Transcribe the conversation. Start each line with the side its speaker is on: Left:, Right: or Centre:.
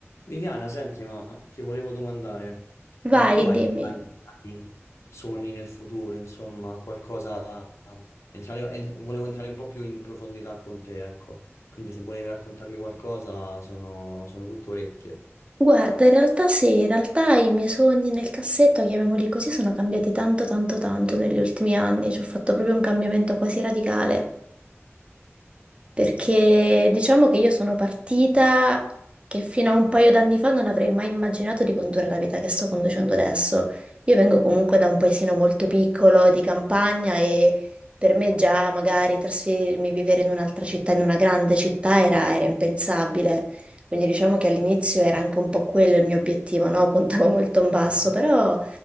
Left: Viviana, senti, ma ti volevo domandare,
Right: Vai,
Left: ma tu
Right: dimmi.
Left: hai, hai piani, sogni nel futuro, insomma, qualcosa... entrare- en- volevo entrare un po' più in profondità con te, ecco. Quindi se volevi raccontarmi qualcosa, sono, sono tutto orecchie.
Right: Guarda, in realtà sì, in realtà i miei sogni nel cassetto, chiamiamoli così, sono cambiati tanto, tanto, tanto negli ultimi anni. Ci ho fatto proprio un cambiamento quasi radicale. Perché diciamo che io sono partita che fino a un paio d'anni fa non avrei mai immaginato di condurre la vita che sto conducendo adesso. Io vengo comunque da un paesino molto piccolo di campagna e per me già magari trasferirmi, vivere in un'altra città, in una grande città, era, era impensabile. Quindi diciamo che all'inizio era anche un po' quello il mio obiettivo, no? <laughs> Puntavo molto in basso,
Left: Mhm.
Right: però